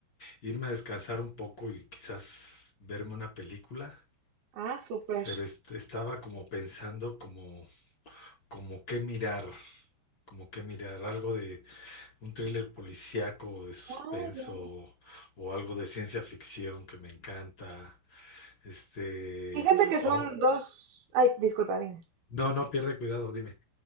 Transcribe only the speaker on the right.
Ah, súper.
Ah, ya.
Fíjate que
son dos. Ay, disculpa, dime.